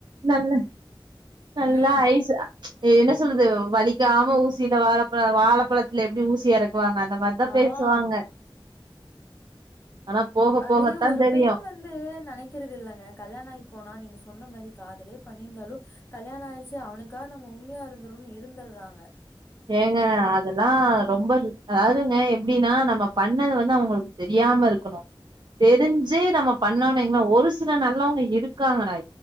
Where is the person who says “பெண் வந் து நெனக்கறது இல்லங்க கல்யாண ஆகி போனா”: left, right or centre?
Left